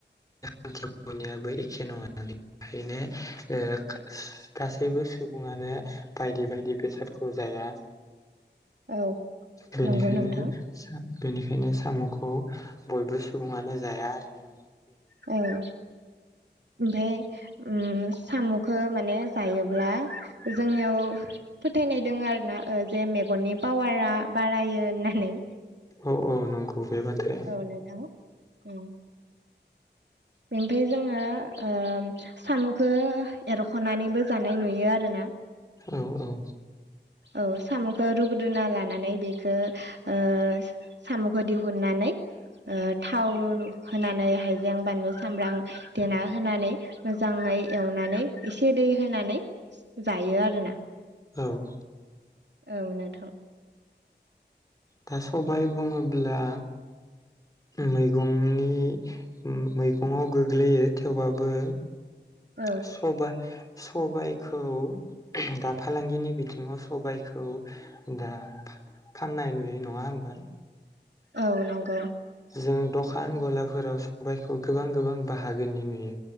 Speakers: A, on the left (about 20°); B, on the right (about 70°).
A: <unintelligible> बयनियाबो एखे नङा बेखायनो ओ गासैबो सुबुङानो बायदि बायदि बेसादखौ जाया
B: औ
A: बेनिखायनो
B: नंगौ नोंथां
A: बेनिखायनो साम'खौ बयबो सुबुङानो जाया आरो ना।
B: औ। ओमफाय ओम सामुखो माने जायोब्ला जोंनियाव फोथायनाय दोङो आरोना ओ जे मेगननि पावारा बारायो होननानै।
A: अ अ नंग गौ बे बाथ्राया।
B: औ नोंथां ओम बेनिफाय जोङो ओम सामुखो एरख'नानैबो जानाय नुयो आरो ना।
A: औ औ।
B: औ सामुखो रुग्रोना लानानै बेखो ओ सामुखो दिहुननानै ओ थाव होनानै हायजें बानलु सामब्राम देना होनानै मोजाङै एवनानै एसे दै होनानै जायो आरोना।
A: औ।
B: औ नोंथां।
A: दा सबाय बुङोब्ला मैगंनि मैगङाव गोग्लैयो थेवबाबो
B: औ
A: सबा सबायखौ दा फालांगिनि बिथिङाव सबायखौ दा फाननाय नुयो नङा होमबा?
B: औ नंगौ।
A: जों दखान गलाफोराव सबायखौ गोबां गोबां बाहागोनि नुयो